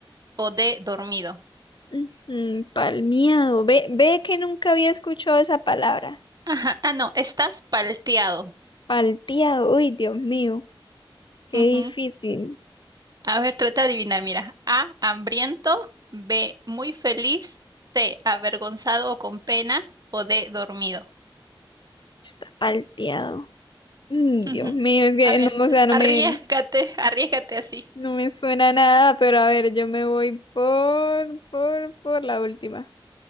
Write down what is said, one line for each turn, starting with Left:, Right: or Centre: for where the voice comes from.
Right: O D, dormido.
Left: Ujú, palmeado. Ve, ve que nunca había escuchado esa palabra.
Right: Ajá. Ah, no, estás palteado.
Left: Palteado. Uy, Dios mío. Qué
Right: Ujú.
Left: difícil.
Right: A ver, trata de adivinar, mira. A, hambriento. B, muy feliz. C, avergonzado o con pena. O D, dormido.
Left: Está palteado. Mm,
Right: Ujú.
Left: Dios mío, es que
Right: A
Left: no,
Right: ver,
Left: o sea, no
Right: arriesgate,
Left: me,
Right: <laughs> arriesgate así.
Left: no me suena nada, pero a ver, yo me voy por, por, por la última.